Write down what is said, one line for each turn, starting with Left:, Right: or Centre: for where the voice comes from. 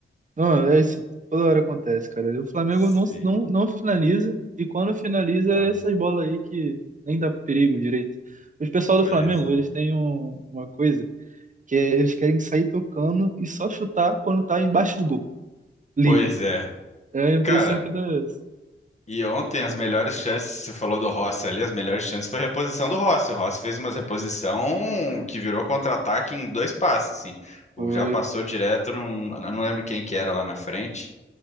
Right: não, é isso. Toda hora acontece, cara. O Flamengo
Left: Sim.
Right: não, não, não finaliza, e quando finaliza,
Left: Ah,
Right: é essas bolas aí que nem dá perigo direito. Os pessoal
Left: pois
Right: do Flamengo,
Left: é.
Right: eles têm um- uma coisa, que é eles querem sair tocando e só chutar quando tá embaixo do gol. Livre,
Left: Pois
Right: tá?
Left: é.
Right: É a impressão
Left: Cara,
Right: que dá. essa.
Left: E ontem as melhores chances, você falou do Rossi ali, as melhores chances foi a reposição do Rossi. O Rossi fez uma reposição que virou contra-ataque em dois passos, assim.
Right: Foi.
Left: O já passou direto, não, não lembro quem que era lá na frente,